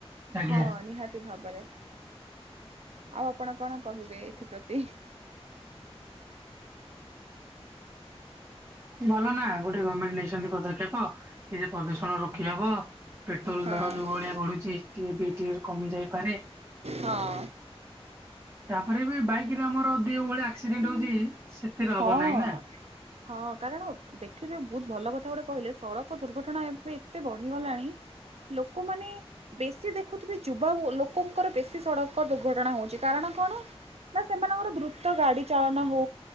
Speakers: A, on the right (about 25°); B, on the right (about 75°).
A: ଆଜ୍ଞା।
B: ହଁ ନିହାତି ଭାବରେ ଆଉ ଆପଣ କଣ କହିବେ ଏଥିପତି?
A: ଭଲ ନା ଗୋଟେ ଗମେଣ୍ଟ ନେଇଛନ୍ତି ପଦକ୍ଷେପ କି ଯେ ପ୍ରଦୂଷଣ ରୋକିହବ ପେଟ୍ରୋଲ
B: ହଁ।
A: ଦର ଯୋଉ ଭଳିଆ ବଢୁଛି ଟିକେ ବି ଟିକେ କମି ଯାଇପାରେ
B: ହଁ।
A: ତାପରେ ବି ବାଇକରେ ଆମର ଦି ଓଳି ଆକ୍ସିଡେଣ୍ଟ ହଉଛି ସେଥିରେ ହବ
B: ହଁ।
A: ନାହିଁ ନା।
B: ହଁ କାରଣ ଦେଖିବେ ବହୁତ ଭଲ କଥା ଗୋଟେ କହିଲେ ସଡକ ଦୁର୍ଘଟଣା ଏବେ ଏତେ ବଢିଗଲାଣି ଲୋକମାନେ ବେଶି ଦେଖ ଦେଖୁଥିବେ ଯୁବା ଲୋକଙ୍କର ବେଶୀ ସଡକ ଦୁର୍ଘଟଣା ହଉଛି କାରଣ କଣ? ନା ସେମାନଙ୍କର ଦ୍ରୁତ ଗାଡି ଚାଳନ ହଉ